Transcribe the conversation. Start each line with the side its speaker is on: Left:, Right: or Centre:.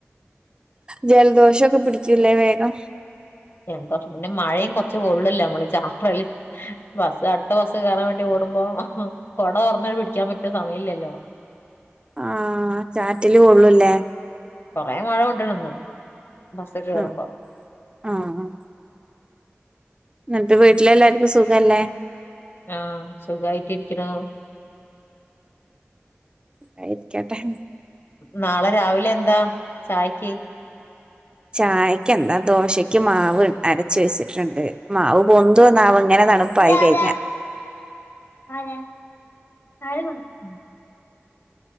Right: ജലദോഷോകേ പിടികും ലെ വേഗം.
Left: ജലദോഷം പിന്നെ മഴയും കുറച്ച് കൊള്ളോലോ നമ്മള് ചാപ്പ്രൽ ബസ് അടുത്ത ബസ്സ് കേയറൻ വേണ്ടി ഓടുമ്പോ. കുടുമ്പോ കൊട തുറന്നു പിടിക്കാൻ പറ്റുന്ന സമയമല്ലല്ലോ.
Right: ആഹ ചാറ്റില് കൊള്ളൂല്ലേ?
Left: കൊറെ മഴ കൊണ്ടണ് ന്ന് ബസ്സിൽ കേറുമ്പോ
Right: ആഹ് ആഹ് എന്നിട്ട് വീട്ടിലെല്ലാർക്കും സുഖല്ലേ
Left: ആ സുഖമായിട്ട് ഇരിക്ക്ണു
Right: ഗായിരിക്കട്ടെ
Left: നാളെ രാവിലെ എന്താ ചായക്ക്
Right: ചായക്ക് എന്താ ദോശയ്ക്ക് മാവ് അരച്ച് വെച്ചിട്ടുണ്ട് മാവ് പൊൻതുവോ ന്നാവോ ഇങ്ങനെ തണുപ്പായി
Left: അല ആരാ
Right: കഴിഞ്ഞ
Left: ആരാ ആരാ പ ഉം